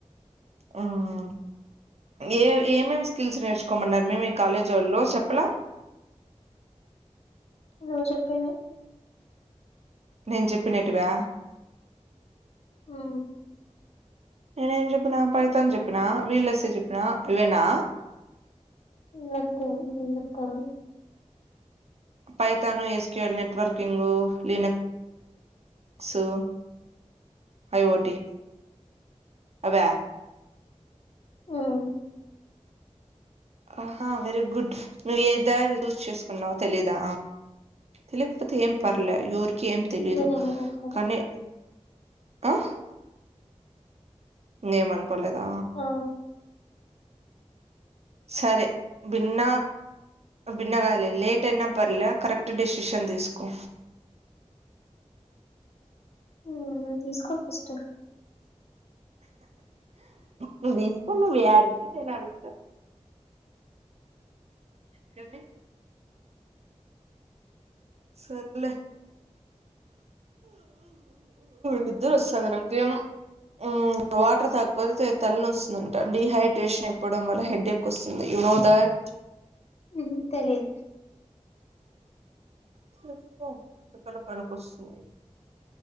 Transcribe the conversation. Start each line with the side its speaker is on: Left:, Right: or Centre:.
Right: ఉమ్. ఏ ఏమేమి స్కిల్స్ నేర్చుకోమన్నారు మే మీ కాలేజ్ ఓల్లూ చెప్పలే.
Left: నువ్వు చెప్పేది.
Right: నేన్జెప్పినేటీవా.
Left: ఉమ్.
Right: నేనే ఏం జెప్పిన పైతాన్చెప్పిన వీళ్ళేస్ జెప్పినా ఇవేనా.
Left: ఇగ అంతే <unintelligible>
Right: పైతాను SKL networking Linux. So IoT అవా.
Left: ఉమ్.
Right: ఆహా వెరీ గుడ్ నువ్వు ఏ దారి చూస్ చేసుకున్నావో తెలీదా. తెలిపోతే ఏం పర్లే యోర్. కేం తెలీదు
Left: ఇంగ నేనేమి అనుకోను.
Right: కానీ ఆహ్. ఇంకా ఏం అనుకోలేదా.
Left: ఆ!
Right: సరే బిన్న. భిన్నగాదులే లేట్యినా పర్లే కరెక్ట్ డెషిషన్ తీస్కో.
Left: ఉహ్ నువ్వు తీసుకో ఫస్టు
Right: నువ్వు తీసుకో నువ్వు యాడుంటే నేనాడుంటా చుపియ్. సర్లే. నిద్ర ఓస్తాంది నాకేమో. ఉమ్ వాటర్ తాగ్పోతే తలనొస్తుందంట డిహైడ్రేషన్ అయిపోవడం వల్ల హెడ్ఎక్ ఒస్తుంది. యు నోదట్
Left: మ్ హు తెలిద్
Right: తెల్స్కొ ఏప్పుడైన పనికొస్తుంది